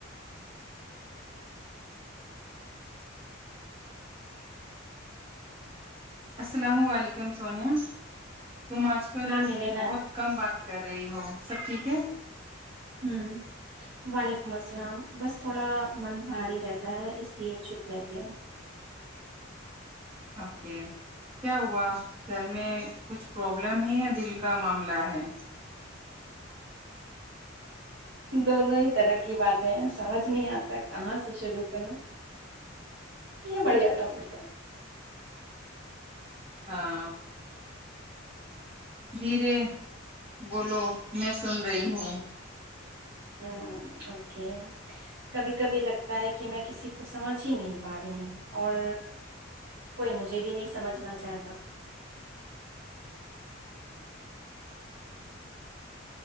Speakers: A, on the right; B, on the right.
A: السلام علیکم سونیا تم آج کل
B: نام نہیں لینا
A: بہت
B: ہے
A: کم بات کر رہی ہو سب ٹھیک ہے
B: ہ وعلیکم السلام بس تھوڑا من بھاری رہتا ہے اس لیے چپ رہتی ہے
A: اوکے کیا ہوا گھر میں کچھ پرابلم ہے یا دل کا معاملہ ہے
B: دونوں ہی طرح کی باتیں سمجھ نہیں آتا کہاں سے شروع کروں یہ بڑھیا ٹاپک ہے
A: ہاں دھیرے بولو میں سن رہی ہوں
B: ہ اوکے کبھی کبھی لگتا ہے کہ میں کسی کو سمجھ ہی نہیں پا رہے اور کوئی مجھے بھی نہیں سمجھنا چاہتا